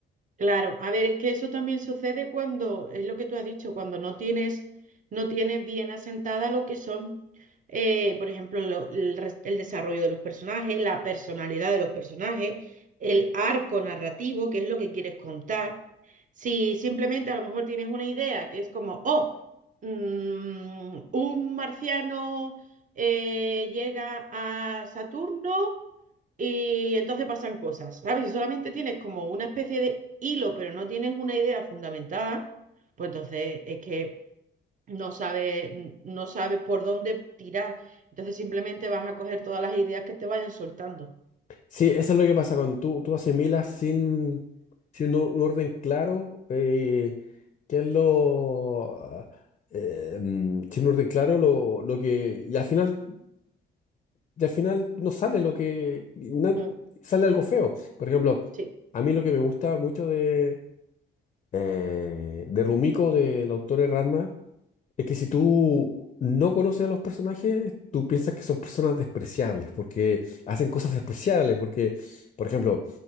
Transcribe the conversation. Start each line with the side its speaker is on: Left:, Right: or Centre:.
Right: Claro, a ver, es que eso también sucede cuando, es lo que tú has dicho, cuando no tienes, no tienes bien asentada lo que son, eh, por ejemplo, lo- el, res- el desarrollo de los personajes, la personalidad de los personajes, el arco narrativo, que es lo que quieres contar. Si simplemente a lo mejor tienes una idea que es como, oh, mm, un marciano eh, llega a Saturno y entonces pasan cosas, ¿sabes? Si solamente tienes como una especie de hilo, pero no tienes una idea fundamentada, pues entonces es que no sabes, n- no sabes por dónde tirar. Entonces simplemente vas a coger todas las ideas que te vayan soltando.
Left: Sí, eso es lo que pasa cuando tú, tú asimilas sin, sin un un orden claro, eh, qué es lo ah, eh, mm, sin un orden claro lo, lo que y al final y al final no sale lo que na-
Right: Mm,
Left: sale algo feo. Por ejemplo,
Right: sí.
Left: a mí lo que me gusta mucho de eh, de Rumiko del autor de Ranma es que si tú no conoces a los personajes, tú piensas que son personas despreciables, porque hacen cosas despreciables, porque, por ejemplo,